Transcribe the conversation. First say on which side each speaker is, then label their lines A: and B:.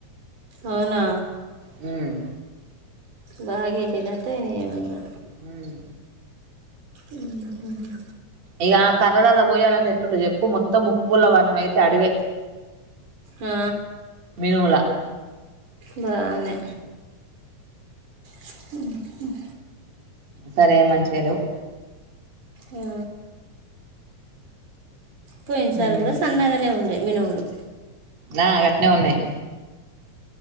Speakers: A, on the right; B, on the right.
A: అవునా
B: హుమ్
A: లగేకి లేతే ఏమిరావ్
B: ఉమ్
A: ఊహ్మ్మ్
B: ఇక కర్రలలా కోయాలంటే అట్లుంటది చెప్పు మొత్తం ముక్కు పూల వనం అయితే అడివే
A: ఆ
B: మినుముల
A: బానే హ్మ్ హ్మ్
B: సరే మంచిగలేవు
A: ఆ పోయినసారి
B: ఉమ్
A: కూడా, సన్నగానే ఉండే మినుములు.
B: నా గట్నే ఉన్నాయి.